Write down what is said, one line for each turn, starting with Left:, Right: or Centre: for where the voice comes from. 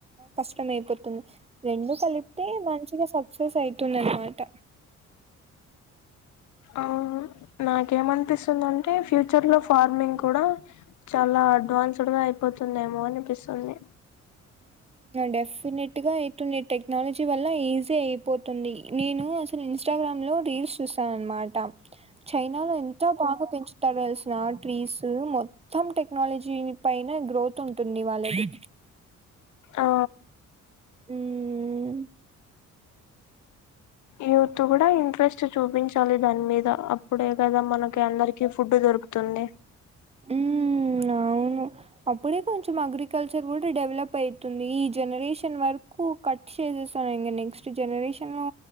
Right: కష్టం అయిపోతుంది రెండు కలిపితే మంచిగా సక్సెస్ అయితుందన్మాట
Left: అ నాకేమనిపిస్తుందంటే ఫ్యూచర్ లో ఫార్మింగ్ కూడా చాలా అడ్వాన్స్డ్ గా అయిపోతుందేమో అనిపిస్తుంది
Right: డెఫ్పినెట్ గా అయితుంది టెక్నాలజీ వల్ల ఈజీ అయిపోతుంది నేను అసలు ఇన్స్టాగ్రామ్ రీల్స్ చూసా నన్మామాట చైనా లో ఎంతో బాగా పెంచుతడాల్స ట్రీస్ మొత్తం టెక్నాలజీ పైన గ్రోత్ ఉంటుంది వాళ్ళది
Left: ఆ
Right: మ్మ్మ్
Left: యూత్ కూడా ఇంట్రెస్ట్ చూపించాలి దాని మీద అప్ అప్పుడే కదా మనకి అందరికి ఫుడ్ దొరుకుతుంది
Right: మ్ అవును అప్పుడే కొంచెం అగ్రికల్చర్ కూడా డెవలప్ అయితుంది ఈ జనరేషన్ వరకు కట్ చేసేస్ సరే ఇంగ నెక్స్ట్ జనరేషన్ లో